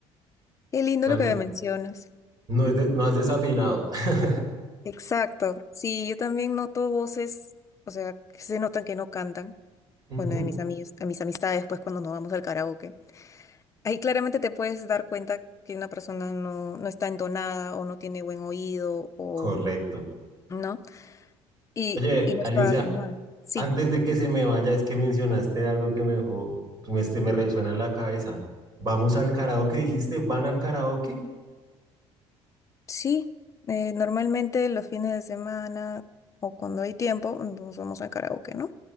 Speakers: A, on the left; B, on the right.
A: Qué lindo
B: O sea,
A: lo
B: no,
A: que me mencionas.
B: no es de- no has desafinado. <laughs>
A: Exacto. Sí, yo también noto voces, o sea, que se notan que no cantan.
B: Ujú,
A: Bueno, de mis amigas, a mis amistades, pues cuando nos vamos al karaoke. Ahí claramente te puedes dar cuenta que una persona no, no está entonada o no tiene buen oído o
B: Correcto.
A: no, y,
B: Oye,
A: y no
B: Alicia.
A: está afinada. Sí,
B: Antes de que se me vaya, es que mencionaste algo que me dejó, me- este, me resuena en la cabeza. ¿Vamos al karaoke, dijiste? ¿Van al karaoke?
A: sí. eh, normalmente los fines de semana o cuando hay tiempo nos vamos al karaoke, ¿no?